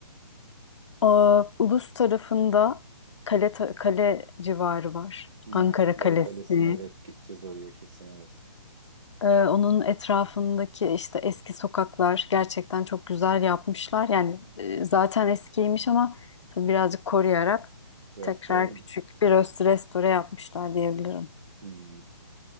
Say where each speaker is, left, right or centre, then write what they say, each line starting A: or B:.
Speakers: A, on the left; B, on the right.
A: Aa, Ulus tarafında kale, ta- kale civarı var.
B: Hı,
A: Ankara
B: Ankara
A: Kalesi.
B: Kalesi'ne evet gideceğiz oraya kesin evet.
A: Ee, onun etrafındaki işte eski sokaklar gerçekten çok güzel yapmışlar. Yani e, zaten eskiymiş ama tabii
B: Hı.
A: birazcık koruyarak
B: Restorana
A: tekrar
B: mı?
A: küçük bir rest- restore yapmışlar diyebilirim.
B: Hı.